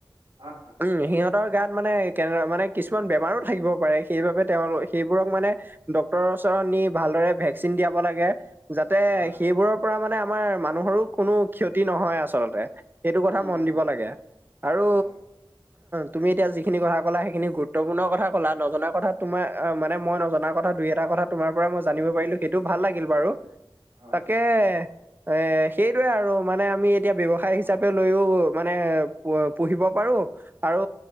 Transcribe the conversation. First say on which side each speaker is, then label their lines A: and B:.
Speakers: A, on the right; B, on the right.
A: হয়
B: উম সিহঁতৰ গাত মানে কেনে মানে কিছুমান বেমাৰো থাকিব পাৰে সেইবাবে তেওঁ সেইবোৰক মানে ডক্তৰৰ ওচৰত নি ভালদৰে ভেকচিন দিয়াব লাগে। যাতে
A: হয় হয় হয় হয় হয়
B: সেইবোৰৰ পৰা মানে আমাৰ মানুহৰো কোনো ক্ষতি নহয় আচলতে। এইটো কথা
A: উম উম
B: মন
A: হয়
B: দিব লাগে আৰু
A: হয় হয়
B: তুমি এতিয়া যি সেইখিনি কথা ক'লা সেইখিনি গুৰুত্বপূৰ্ণ কথা ক'লা, নজনা কথা তোমাৰ মানে মই নজনা কথা দুই এটা কথা তোমাৰ পৰা মই জানিব পাৰিলো সেইটো ভাল লাগিল বাৰু।
A: হয়
B: তাকে
A: হয়
B: এ সেইটোয়ে আৰু মানে আমি এতিয়া ব্যৱসায় হিচাপে লৈও মানে পুহ-পুহিব পাৰো আৰু